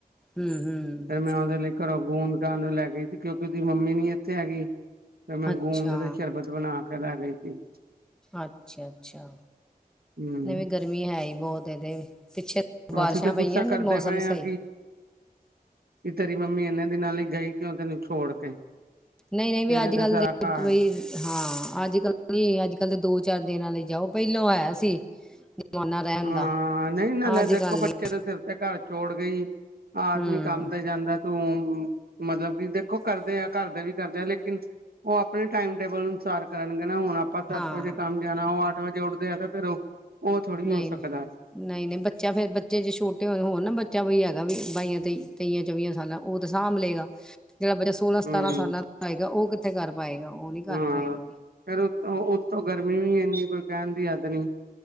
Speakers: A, in the centre; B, on the right.
A: ਹਮ ਹਮ
B: ਫਿਰ ਮੈਂ ਉਹਦੇ ਲਈ ਘਰੋਂ ਗੂੰਦ ਕਰਨਾਉਣ ਨੂੰ ਲੈ ਗਈ ਸੀ ਕਿਉਂਕਿ ਉਹਦੀ ਮੰਮੀ ਨੀ ਇੱਥੇ ਹੈਗੀ ਤੇ ਮੈਂ
A: ਅੱਛਾ
B: ਗੂੰਦ ਤੇ ਸ਼ਰਬਤ ਬਣਾ ਕੇ ਲੈ ਗਈ ਸੀ।
A: ਅੱਛਾ-ਅੱਛਾ।
B: ਹੂੰ।
A: ਨਈ ਵੀ ਗਰਮੀ ਹੈ ਈ ਬੋਤ ਇਹਦੇ ਪਿੱਛੇ ਬਾਰਿਸ਼ਾਂ
B: ਅਸੀਂ ਗੁੱਸਾ
A: ਪਈਆਂ
B: ਕਰਦੇ
A: ਤੇ ਮੌਸਮ
B: ਪਏ ਹਾਂ
A: ਸਈ
B: ਕਿ ਤੇਰੀ ਮੰਮੀ ਏਨੇ ਦੀਨਾ ਲਈ ਗਈ ਕਿਉਂ ਤੈਨੂੰ ਛੋੜ ਕੇ?
A: ਨਈ-ਨਈ ਵੀ
B: ਤੇਰੇ
A: ਅੱਜ
B: ਤੇ
A: ਕੱਲ
B: ਸਾਰਾ
A: ਦੇ
B: ਘਰ
A: ਬਈ ਹਾਂ ਅੱਜ-ਕੱਲ ਨੀ ਅੱਜ-ਕੱਲ ਤੇ ਦੋ-ਚਾਰ ਦਿਨਾਂ ਲਈ ਜਾਓ ਪਹਿਲੋਂ ਆਇਆ ਸੀ। ਜ਼ਮਾਨਾ ਰਹਿਣ
B: ਹਾਂ
A: ਦਾ
B: ਨਈ ਨਾ
A: ਅੱਜ
B: ਦੇਖੋ
A: ਕੱਲ ਨਹੀਂ
B: ਚਿਰ ਤੇਰ ਤੇ ਘਰ ਛੋੜ ਗਈ ਆਦਮੀ
A: ਹੂੰ
B: ਕੰਮ ਤੇ ਜਾਂਦਾ ਤੂੰ ਮਤਲਬ ਕਿ ਦੇਖੋ ਕਰਦੇ ਆ ਘਰਦ ਵੀ ਕਰਦੇ ਆ ਲੇਕਿਨ ਉਹ ਆਪਣੇ ਟਾਈਮ ਟੇਬਲ ਅਨੁਸਾਰ ਕਰਨਗੇ ਨਾ ਹੁਣ ਆਪਾਂ ਸੱਤ
A: ਹਾਂ
B: ਵਜੇ ਕੰਮ ਜਾਣਾ ਉਹ ਅੱਠ ਵਜੇ ਉੱਠਦੇ ਆ ਤੇ ਫਿਰ ਉਹ ਥੋੜ੍ਹੀ
A: ਨਈ।
B: ਹੋ ਸਕਦਾ
A: ਨਈ-ਨਈ ਬੱਚਾ ਫੇਰ ਬੱਚੇ ਜੇ ਛੋਟੇ ਹੋ ਹੋਣ ਨਾ ਬੱਚਾ ਵੀ ਹੈਗਾ ਵੀ ਬਾਈਆਂ ਤੇ ਤੇਈਆਂ ਚੌਵੀਆਂ ਸਾਲਾਂ ਉਹ ਤੇ ਸਾਂਭ ਲਏਗਾ, ਜਿਹੜਾ ਬੱਚਾ ਸੋਲਾਂ ਸਤਾਰਾਂ
B: ਹਮ
A: ਸਾਲਾਂ ਦਾ ਆਏਗਾ ਉਹ ਕਿੱਥੇ ਕਰ ਪਾਏਗਾ ਉਹ ਨਹੀ ਕਰ
B: ਹਾਂ
A: ਪਾਏਗਾ
B: ਫੇਰ ਉਤੋਂ, ਉੱਤੋਂ ਗਰਮੀ ਵੀ ਇੰਨੀ, ਕੋਈ ਕਹਿਣ ਦੀ ਹਦ ਨਹੀਂ